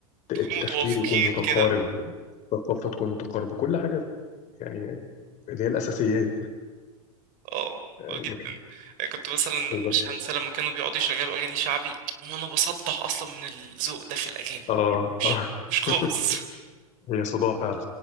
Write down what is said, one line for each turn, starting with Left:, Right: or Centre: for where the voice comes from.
Left: التفكير
Right: تكونوا متوافقين
Left: يكون متقارب
Right: كده
Left: الثقافه تكون متقاربه كل حاجه يعني اللي هي الأساسيات
Right: اه
Left: لكن
Right: اه جدا يعني كنت مثلا
Left: بالظبط
Right: مش هنسى لما كانوا بيقعدوا يشغلوا اغاني شعبي وانا بصدع اصلا من الذوق ده في الاغاني
Left: اه
Right: مش
Left: اه
Right: مش خالص
Left: <laughs>
Right: <laughs>
Left: هي صداع فعلا